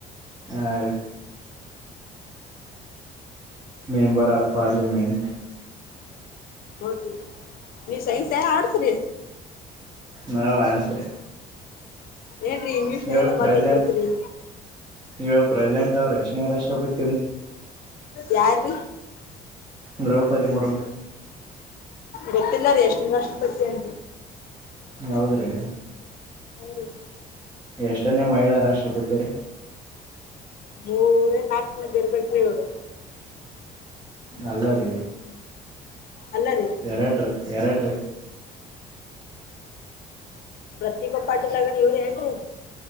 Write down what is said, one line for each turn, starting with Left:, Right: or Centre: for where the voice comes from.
Right: ಹ ರಿ. Member of parliament.
Left: ನೋಡಿ ನೀ ಸೈನ್ಸ್ ಎ ಆರ್ಟ್ಸ್ ರಿ
Right: ನಾವ್ ಆಡಸ್ರಿ
Left: ಏನ್ರೀ ಇಂಗ್ಲೀಷ್ನಾಗೆಲ್ಲ
Right: ಇವಳ್ ಪ್ರಸೆಂಟ್
Left: ಮಾತಾಡ್ಬಿಡ್ತೀರಿ
Right: ಇವಾಗ ಪ್ರಜೇಂಟ್ ಅವ್ರ ಎಷ್ಟನೇ ರಾಷ್ಟ್ರಪತಿರಿ.
Left: ಯಾರಿ
Right: ದ್ರೌಪದಿ ಮುರ್
Left: ಗೊತ್ತಿಲ್ಲ ರೀ ಎಷ್ಟನೇ ರಾಷ್ಟಪತಿ ಅ
Right: ಹೌದ್ರಿ.
Left: ಹುರಿ.
Right: ಎಷ್ಟನೇ ಮಹಿಳಾ ರಾಷ್ಟಪತಿರಿ.
Left: ಮೂರ ಏನ್ ನಾಲ್ಕನೇದ ಇರ್ಬೇಕರಿ ಇವಾಗ
Right: ಅಲ್ಲ ರೀ
Left: ಅಲ್ಲ ರೀ
Right: ಎರಡ್ರಿ ಎರಡ್ರೀ
Left: ಪ್ರತಿಭಾ ಪಾಟೀಲ ಅಗಣ ಇವ್ರ ಏನ್ರೀ.